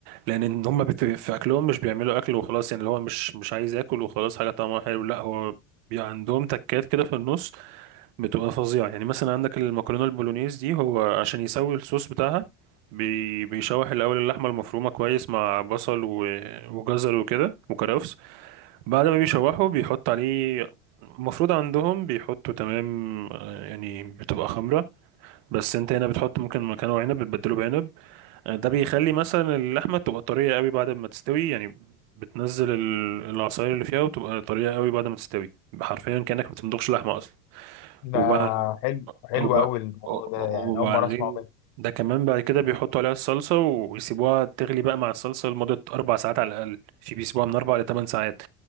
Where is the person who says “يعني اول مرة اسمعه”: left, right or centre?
Left